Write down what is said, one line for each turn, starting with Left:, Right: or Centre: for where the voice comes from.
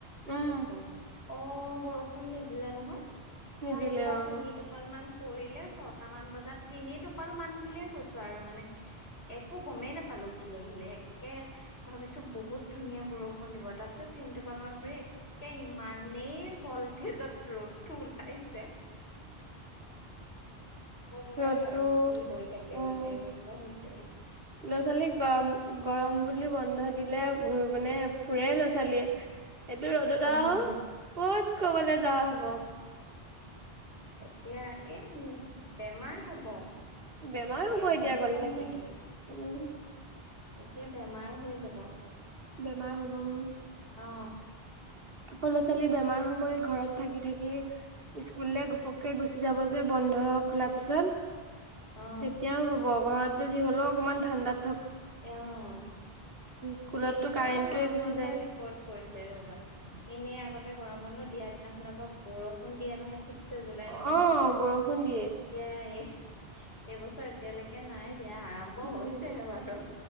Right: উম
Left: একদম অ' বৰষুণ নিদিলে নহয়।
Right: নিদিলে
Left: ৰাতিপুৱা
Right: অ'।
Left: তিনি টোপাল মান পৰিলে ছটা মান বজাত তিনি টোপাল মান বুলিয়ে কৈছো আৰু মানে একো গমেই নাপালো। কি আহিলে একে ভাবিছো বহুত ধুনীয়া বৰষুণ দিব। তাৰ পিছত তিনটোপাল মান পৰি ইমানেই ভল্টেজত ৰ'দটো ওলাইছে। কবই
Right: ৰ'দতো
Left: নোৱাৰো কি হৈ থাকে
Right: উম
Left: মানে
Right: লৰা
Left: এনেকুৱা হৈছে
Right: ছোৱালী গৰম গৰম বুলি বন্ধ দিলে মানে ফুৰেই ল'ৰা ছোৱালীয়ে এইটো ৰ'দত
Left: উম
Right: আও ক'ত কৰবালৈ যোৱা হ'ব।
Left: এতিয়া এ বেমাৰ হ'ব।
Right: বেমাৰ
Left: এতিয়া
Right: হ'ব
Left: গম পাইছা
Right: গ'লে তাকে
Left: নহয় তুমি।
Right: উম
Left: এতিয়া বেমাৰ হৈ যাব।
Right: বেমাৰ হ'ব উম।
Left: অ
Right: আকৌ ল'ৰা ছোৱালী বেমাৰ হ'বই ঘৰত থাকি থাকি স্কুললে ঘপককে গুচি যাব যে। বন্ধ খোলাৰ পিছত
Left: অ
Right: তেতিয়াও হ'ব ঘৰত যে যি হলেও অকমান ঠাণ্ডা
Left: অ',
Right: স্কুলততো
Left: এইবছৰ
Right: কাৰেণ্টটোৱে
Left: গৰম
Right: গুচি
Left: বন্ধই
Right: যায়
Left: ৰেকৰ্ড কৰিছে এনেই আগতে গৰম বন্ধ দিয়া দিনাখনৰ পৰা বৰষুণ দিয়া নহয়। ঠিকছে জুলাই
Right: অ',
Left: মাহ এতিয়া
Right: বৰষুণ দিয়ে।
Left: এই এইবছৰ এতিয়ালৈকে নাই। সেইয়া আৰম্ভ
Right: নাই
Left: হৈছেহে
Right: দিয়া।
Left: বাৰু।